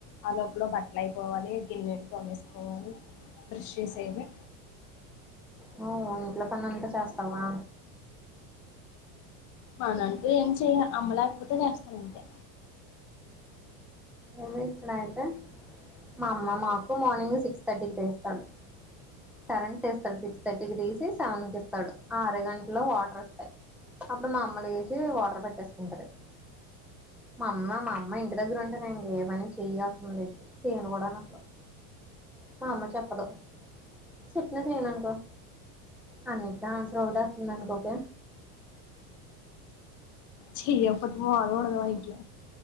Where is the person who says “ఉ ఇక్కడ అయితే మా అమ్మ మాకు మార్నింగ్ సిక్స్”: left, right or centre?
Centre